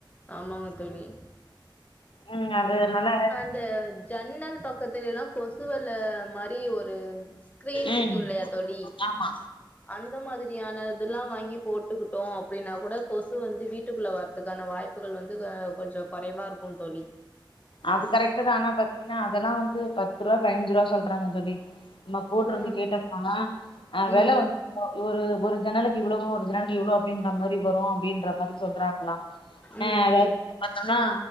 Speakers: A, on the left (about 20°); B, on the left (about 80°).
A: ஆமாங்க தோழி
B: ம் அது நல்ல
A: இந்த ஜன்னல் பக்கத்துலல்லா கொசுவெல மாரி ஒரு ஸ்கிரீன்
B: ம்
A: விக்கு இல்லையா தோழி
B: ஆமா
A: அந்த மாதிரியான இதெல்லா வாங்கி போட்டுக்கிட்டோ அப்படின்னா கூட கொசு வந்து வீட்டுக்குள்ள வரதுக்கான வாய்ப் புகள் வந்து அ கொஞ்சம் குறைவா இருக்கு தோழி
B: அது கரெக்ட் தா ஆனா பாத்தீங்கன்னா அதெல்லா வந்து பத்து ரூபா பதினஞ்சுரூபா சொல்றாங்க தோழி நம்ம போட்டுருந்து
A: ம்
B: கேட்டதுனால அ
A: ம்
B: வெல வந்து ஒரு ஒரு ஜன்னலுக்கு இவ்வளோ ஒரு ஜன்னலுக்கு இவ்வளோ அப்டின்ற மாரி வரு அப்டின்ற மாரி சொல்றாங்களா ஆ
A: ம் ம்
B: அதாவது
A: ம்
B: பத்தோனா